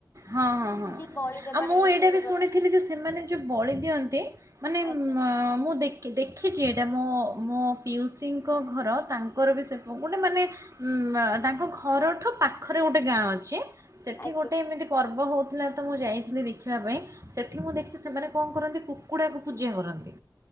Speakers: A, on the right (about 45°); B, on the left (about 30°).
A: ହଁ ହଁ ହଁ
B: ଯେ ବଳି ଦେବାଟା
A: ଆଉ ମୁଁ
B: ଇଏ
A: ଏଇଟା
B: ସିଏ
A: ବି
B: ଦେବାଟା
A: ଶୁଣିଥିଲି ଯେ ସେମାନେ ଯୋଉ ବଳି ଦିଅନ୍ତି ମାନେ
B: ଆଜ୍ଞା
A: ମୁଁ ଦେଖ ଦେଖିଛି ଏଇଟା ମୋ ମୋ ପିଉସୀଙ୍କ ଘର ତାଙ୍କର ବି ସେ ଗୋଟେ ମାନେ ତାଙ୍କ ଘରଠୁ ପାଖରେ ଗୋଟେ ଗାଁ ଅଛି। ସେଠି
B: ଆଜ୍ଞା।
A: ଗୋଟେ ଏମିତି ହଁ ହଉଥିଲା ତ ମୁଁ ଯାଇଥିଲି ଦେଖିବା ପାଇଁ ସେଇଠି ମୁଁ ଦେଖିଛି ସେମାନେ କଣ କରନ୍ତି କୁକୁଡ଼ାକୁ ପୂଜା କରନ୍ତି।